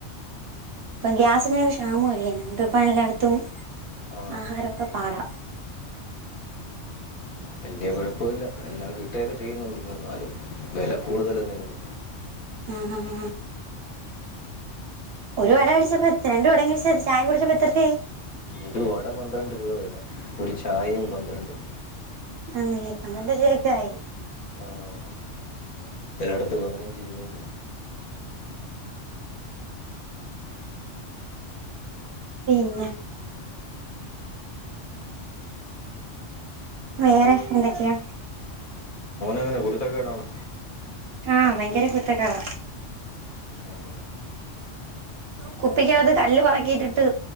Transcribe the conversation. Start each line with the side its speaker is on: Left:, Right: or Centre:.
Right: ഇപ്പം ഗ്യാസിന് ഒരു ക്ഷാമവും ഇല്ലേന്നു ഇപ്പോ എല്ലായിടത്തും
Left: ആ
Right: ആഹാരമൊക്കെ പാടാ.
Left: വല്യ കൊഴപ്പൊല്ല എല്ലാം കിട്ടുകയൊക്കെ ചെയ്യുന്നുണ്ട് എന്നാലും വെല കൂടുതലന്നേ ഉള്ളൂ.
Right: <unintelligible> ഒരു വെര വരച്ചപ്പോ <unintelligible> ചായിം കുട്ച്ചപ്പോ എത്രറുപ്യായി?
Left: ഒരു വട പന്ത്രണ്ട് രൂപ വെല ഒരു ചായയും പന്ത്രണ്ടും.
Right: <unintelligible> ആയി
Left: ആഹ് ചെലയിടത്ത് പതിനഞ്ച് രൂപയാണ്.
Right: പിന്നെ വേറെ എന്തക്കെയാ?
Left: <unintelligible> കുരുത്തക്കേടാണോ?
Right: ആഹ് ഭയങ്കര കുരുത്തകേട.
Left: ആഹ്
Right: കുപ്പിക്കകത്ത് കല്ല് പെറക്കിട്ടിട്ട്